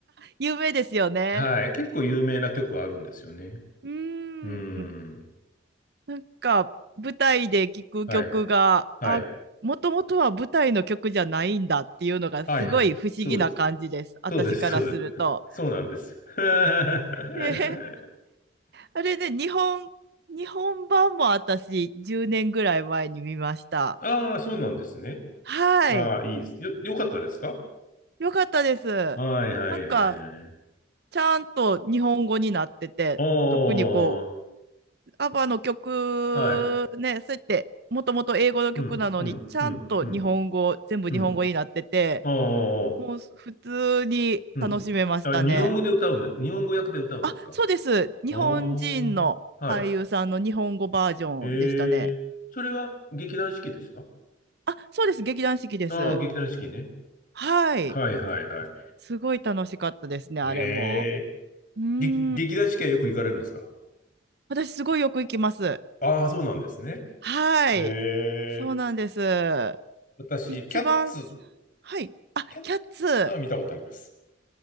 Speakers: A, on the right (about 55°); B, on the left (about 45°).
A: 有名ですよね。
B: はい。結構有名な曲はあるんですよね。
A: うー
B: うー
A: ん。
B: ん。
A: なんか、舞台で聴く曲が、
B: はい。はい。
A: あ、もともとは舞台の曲じゃないんだっていうのがすごい不思議な感じです。
B: はい。そうです。
A: 私からすると。
B: そうです。そうです。そうなんです。<laughs>
A: えーあれね、日本、日本版も私10年ぐらい前に見ました。
B: ああ、そうなんですね。
A: はい。
B: ああ、いいです。よ、よかったですか
A: よかったです。
B: はい、はい、
A: なんか、
B: はい、はい。
A: ちゃんと日本語になってて、
B: ああ、
A: 特にこアバの曲ね、
B: はい。
A: そうやってもともと英語の曲なのに、
B: うん、うん、
A: ちゃんと日本語、
B: うん、うん、
A: 全部日本語になってて、
B: うん。ああ、
A: もう普通に楽しめましたね。
B: うん。あ、日本語で歌うんで、日本語訳で歌うんですか
A: あ、そうです。日本人の俳優さんの日本語バージョンでしたね。
B: ああ、はい。ええ、それは劇団四季ですか
A: あ、そうです。劇団四季です。
B: ああー、劇団四季ね。
A: はい。
B: はいはいはい。
A: すごい楽しかったですね、
B: ええ、
A: あれも。うーん。
B: ぎ劇団四季はよく行かれるんですか
A: 私、すごいよく行きます。
B: ああー、そうなんですね。
A: はい。
B: ええ、
A: そうなんです。
B: 私、
A: 一番、
B: キャッツ、
A: はい。あ、
B: キャッ
A: キャッツ。
B: ツは見たことあります。